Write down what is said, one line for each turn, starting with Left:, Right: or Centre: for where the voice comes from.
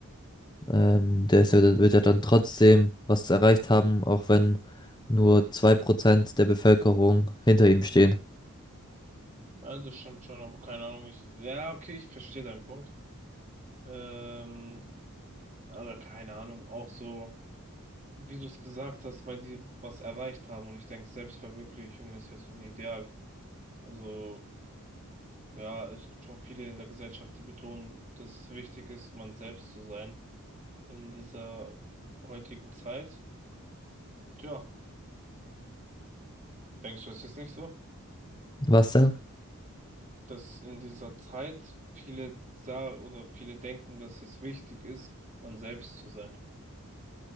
Left: ähm, der ist ja, der wird ja dann trotzdem was erreicht haben, auch wenn nur 2% der Bevölkerung hinter ihm stehen.
Right: Ja, das stimmt schon, aber keine Ahnung. Ich, ja, okay, ich verstehe deinen Punkt. Ähm, aber keine Ahnung, auch so, wie du es gesagt hast, weil die was erreicht haben und ich denke, Selbstverwirklichung ist halt so ein Ideal. Also, ja, es gibt schon viele in der Gesellschaft, die betonen, dass es wichtig ist, man selbst zu sein in dieser heutigen Zeit. Und ja, denkst du, es ist nicht so?
Left: Was denn?
Right: dass in dieser Zeit viele sah oder viele denken, dass es wichtig ist, man selbst zu sein.